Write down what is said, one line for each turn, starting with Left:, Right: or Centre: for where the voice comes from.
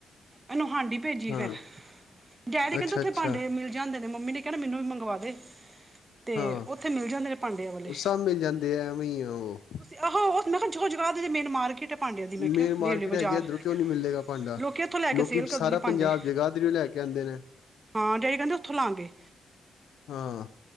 Right: ਐਨੂੰ ਹਾਂਡੀ ਪੇਜੀ
Left: ਹਾਂ
Right: ਫੇਰ, ਡੈਡੀ ਕੈਂਦੇ
Left: ਅੱਛਾ
Right: ਓੱਥੇ
Left: ਅੱਛਾ
Right: ਭਾਂਡੇ ਮਿਲ ਜਾਂਦੇ ਨੇ, ਮੰਮੀ ਨੇ ਕੇਆ ਨਾ, ਮੈਨੂੰ ਵੀ ਮੰਗਵਾ ਦੇ। ਤੇ
Left: ਹਾਂ
Right: ਓੱਥੇ ਮਿਲ ਜਾਂਦੇ ਨੇ, ਭਾਂਡੇ ਇਹ ਵਾਲੇ।
Left: ਉਹ ਸਭ ਮਿਲ ਜਾਂਦੇ ਆ ਐਵੇਂ ਹੀ ਆ ਉਹ
Right: ਤੁਸੀਂ ਉਹ ਜਗ੍ਹਾ ਜਗ੍ਹਾ ਤੇ ਤਾਂ ਮਾਰਕੀਟ। ਹੈ ਭਾਂਡਿਆਂ ਦੀ ਮੈਂ
Left: ਮੇਨ
Right: ਕਿਹਾ
Left: ਮਾਰਕੀਟ
Right: ਰੇਲਵੇ ਬਾਜ਼ਾਰ
Left: ਹੈਗੀ ਏ, ਏੱਧਰੋ ਕਿਉ ਨੀ ਮਿਲੇਗਾ ਭਾਂਡਾ,
Right: ਲੋਕੀ ਉੱਥੋਂ ਲੈ
Left: ਲੋਕੀ
Right: ਕੇ ਸੇਲ ਕਰਦੇ
Left: ਸਾਰਾ
Right: ਨੇ ਭਾਂਡੇ
Left: ਪੰਜਾਬ ਜਗਾਦਰੀ ਲੈ ਕੇ ਕੈਂਦੇ ਨੇ
Right: ਹਾਂ, ਡੈਡੀ ਕੈਂਦੇ ਓੱਥੋਂ ਲਾਾਂਗੇ।
Left: ਹਾਂ।